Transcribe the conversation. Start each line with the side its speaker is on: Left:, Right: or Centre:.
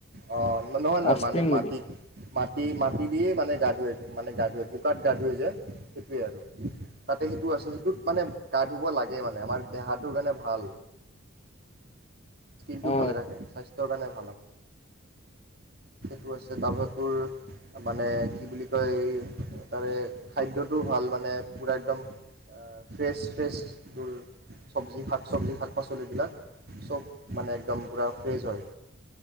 Right: অ' নহয় নহয়
Left: হট
Right: মানে
Left: স্প্ৰিং
Right: মাটিত।
Left: নেকি
Right: মাটি মাটি দিয়ে মানে গা ধোৱে মানে গা ধোৱে মাটি মাটিদিয়ে মানে গা ধোৱে মানে গা ধোৱে বোকাত গা ধোৱে যে সেইটোৱে আৰু তাতে সেইটো আছে। সেইটোত মানে গা ধুব লাগে মানে। আমাৰ দেহাটো কাৰণে ভাল দেহটো
Left: অ
Right: ভালে ৰাখে স্বাস্থৰ কাৰণে ভাল।। সেই টো আছে। তাৰ পিছত তোৰ মানে কি বুলি ক'য়। তাৰে খাদ্য টোও ভাল মানে পোৰা একদম ফ্ৰেছ ফ্ৰেছ টোৰ চবজি শাক চবজি শাক -পাচলি বিলাক চব মানে। একদম পূৰা ফ্ৰেছ হয়।